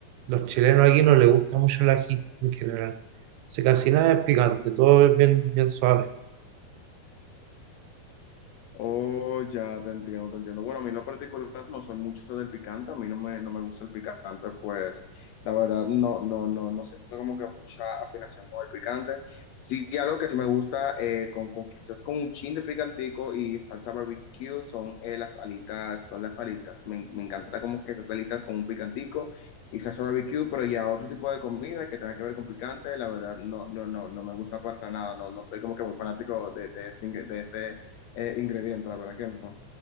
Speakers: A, on the right; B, on the left.
A: los chilenos aquí no les gusta mucho el ají en general. Se casi nada es picante, todo es bien, bien suave.
B: Oh, ya te entiendo, te entiendo. Bueno, a mí en lo particular no soy mucho del picante, a mí no me, no me gusta el picante, pues la verdad no, no, no, no siento como que mucha afinación con el picante. Sí, algo que sí me gusta, eh, con, con- quizás con un chin de picantico y salsa barbecue, son eh, las alitas, son las alitas. Me, me encanta como que esas alitas con un picantico y salsa barbecue, pero ya otro tipo de comida que tenga que ver con picante, la verdad no, no, no, no me gusta para nada, no, no soy como que muy fanático de, de, este- de este eh, ingredientes, la verdad que no.